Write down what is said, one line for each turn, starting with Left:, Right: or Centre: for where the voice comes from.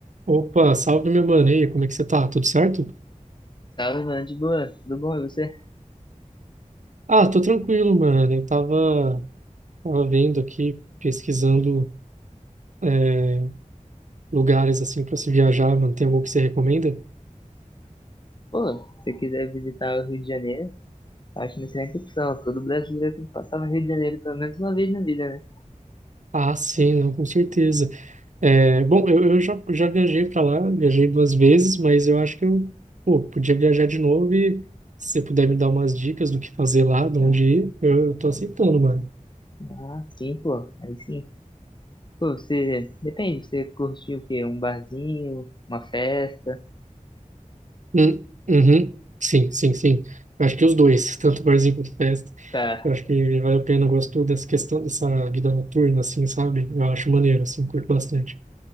Right: Opa, salve meu mano, e aí, como é que você tá? Tudo certo?
Left: Salve, mano, de boa, tudo bom, e você?
Right: Ah, tô tranquilo, mano. Eu tava, tava vendo aqui, pesquisando é, lugares assim pra se viajar, mano. Tem algum que você recomenda?
Left: Pô, se você quiser visitar o Rio de Janeiro, acho uma excelente opção. Todo brasileiro tem que passar no Rio de Janeiro pelo menos uma vez na vida, né?
Right: Ah, sim, não, com certeza. É, bom, eu, eu já, já viajei pra lá, viajei duas vezes, mas eu acho que eu, pô, podia viajar de novo e se você puder me dar umas dicas do que fazer lá, de onde
Left: Ah,
Right: ir, eu, eu tô aceitando, mano.
Left: ah, sim, pô, aí sim. Pô, você, depende, você curtiu o quê? Um barzinho, uma festa?
Right: Hum, uhum. Sim, sim, sim. Eu acho que os dois, <laughs> tanto barzinho quanto festa.
Left: Tá,
Right: Eu acho que vale a pena. Eu gosto dessa questão dessa vida noturna, assim, sabe? Eu acho maneiro, assim, curto bastante.